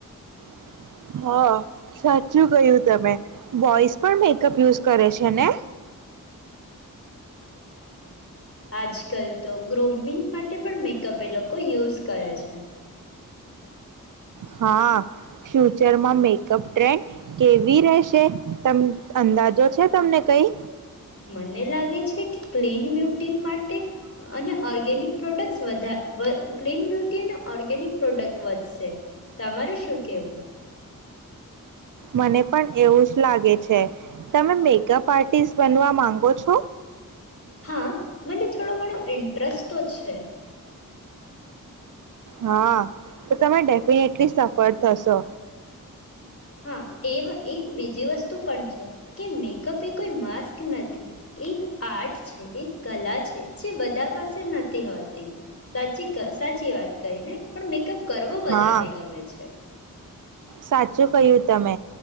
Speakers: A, on the right (about 65°); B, on the left (about 40°).
A: <unintelligible> હા સાચું કયું તમે વોઈસ પણ મે અપ યુઝ કરે છે ને
B: આજ કલ તો ગ્રોમિંગ માટે પણ મેકઅપ એ લોકો યુઝ કરે છે
A: હા ફ્યુચરમાં મેકઅપ ટ્રેન્ડ કેવી રહેશે ત અંદાજો છે તમને કઈ
B: મને લાગે છે કે ક્લીન બ્યુટી માટે અને ઓર્ગેનિક પ્રોડક્ટ વધાર વધ ક્લીન બ્યુટી અને ઓર્ગેનિક પ્રોડક્ટ વધશે તમાર શું કેવું
A: મને પણ એવું જ લાગે છે તમે મેકઅપ આર્ટિસ્ટ બનવા માંગો છો
B: હા મને થોડો ઘણો ઇન્ટરેસ્ટ તો છે
A: હા તો તમે ડેફિનેટલી સફળ થશો
B: હા એવા એક બીજી વસ્તુ પણ છે કે મેકઅપ એ કોઈ માસ્ક નથી એક આર્ટ છે એક કલા છે જે બધા પાસે નથી હોતી સાચી ક ઇ સાચી વાત કહી ને પણ મેકઅપ કરવો બધા
A: હા
B: ને ગમે છે
A: સાચું કહ્યું તમે